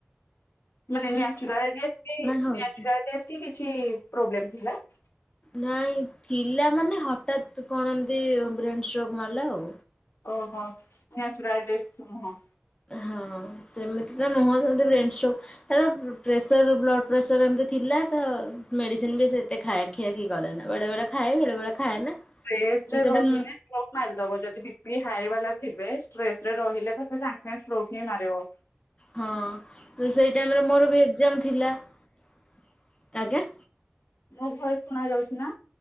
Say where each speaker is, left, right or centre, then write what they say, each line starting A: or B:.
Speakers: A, on the left (about 75°); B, on the left (about 25°).
A: <unintelligible>
B: ହଉଛି। ନାଇଁ ଥିଲା ମାନେ ହଠାତ୍ କଣ ଏନ୍ତି ବ୍ରେନ ଷ୍ଟ୍ରକ୍ ମାରିଲା ଆଉ।
A: ଓହୋ ନେଚୁରାଲ୍ ଡେଥ ହଁ।
B: ହଁ ସେମିତି ତ ନୁହଁ ସେମିତି ବ୍ରେନଷ୍ଟ୍ରକ୍ ତାର ପ୍ରେସର ବ୍ଲଡ଼ ପ୍ରେସର ଏମିତି ଥିଲା, ତ ମେଡ଼ିସିନ ବି ସେତେ ଖାଇ ଖିଆ ଖି କରେନା ବେଳେ ବଳେ ଖାଏ ବେଳେ ବେଳେ ଖାଏନା।
A: <unintelligible>
B: ତ ସେଇଟା
A: ରହିଲେ
B: ମୁଁ
A: <unintelligible> ମାରିଦବ ଯଦି ପି ହାଇ ଯିବେ୍ରେସ ରେ ରହିଲେ ତ ସାଙ୍ଗେ ସାଙ୍ଗେ ଷ୍ଟ୍ରୋକ ହିଁ ମାରିବ।
B: ହଁ ତ ସେଇ ଟାଇମରେ ମୋର ବି ଏଜାମ ଥିଲା। <inaudible> ଆଜ୍ଞା।
A: ମୋ ଭୟସ ଶୁଣା ଯାଉଚି ନା?